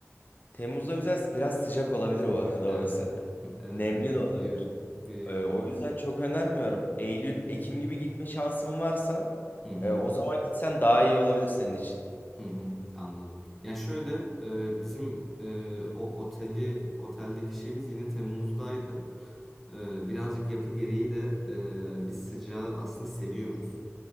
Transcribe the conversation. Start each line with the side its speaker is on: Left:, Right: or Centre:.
Left: Temmuz'da güzel, biraz sıcak olabilir bu arada orası.
Centre: Evet.
Left: <laughs>
Centre: Evet
Left: Nemli
Centre: evet
Left: de olabilir.
Centre: biliyorum. Biliyorum.
Left: E, o yüzden çok önermiyorum. Eylül, Ekim
Centre: Hı hı hı hı.
Left: gibi gitme şansın varsa
Centre: Hı hı.
Left: e, o zaman gitsen daha iyi olabilir senin için.
Centre: Hı hı, anladım. Ya şöyle e, bizim e, o oteli oteldeki şeyimiz yine Temmuz'daydı. E, birazcık yapı gereği de e, biz sıcağı aslında seviyoruz.